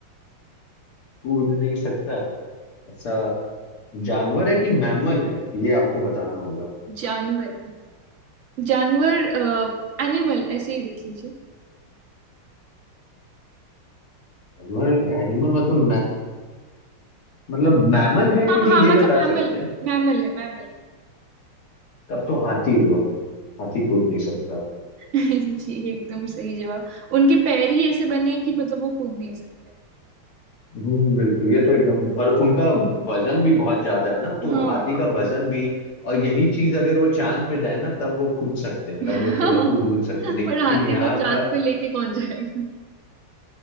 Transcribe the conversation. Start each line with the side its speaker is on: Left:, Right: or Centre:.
Left: कूद नहीं सकता ऐसा जानवर है कि मैमल है ये आपको बताना होगा
Right: जानवर है जानवर एनिमल ऐसे ही देख लीजिए
Left: जानवर एनिमल मतलब मै, मतलब मैमल है कि
Right: हाँ
Left: नहीं
Right: हाँ
Left: ये
Right: मतलब
Left: बता
Right: मैमल
Left: सकते
Right: है
Left: हैं
Right: मैमल है मैमल है
Left: तब तो हाथी हुआ हाथी कूद नहीं सकता
Right: <laughs> जी एकदम सही जवाब उनके पैर ही ऐसे बने हैं कि मतलब वो कूद नहीं सकते
Left: हम्म बिल्कुल ये तो एकदम और उनका वजन भी बहुत ज्यादा है ना तो
Right: हाँ
Left: हाथी का वजन भी और यही चीज अगर वो चांद पे जाए ना तब वो कूद सकते हैं
Right: <laughs>
Left: तब वो थोड़ा कूद कूद सकते हैं लेकिन
Right: पर हाथी
Left: यहाँ
Right: को चांद
Left: का
Right: पे लेके कौन जाएगा